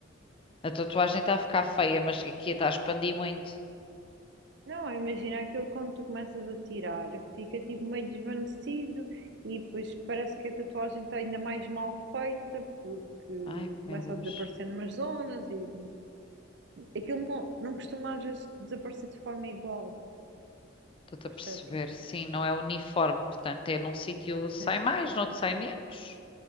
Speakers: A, on the left; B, on the right.
A: a tatuagem está a ficar feia, mas aqui está a expandir muito.
B: Não, imagina aquilo quando tu começas a tirar, fica tipo meio desvanecido e depois parece que a tatuagem está ainda mais mal feita porque
A: Ai, meu
B: começa
A: Deus.
B: a desaparecer numas zonas e Aquilo não, não costuma às vezes desaparecer de forma igual,
A: Estou-te a
B: percebes?
A: perceber. Sim, não é uniforme, portanto, é num sítio sai
B: Sim.
A: mais, noutro sai menos.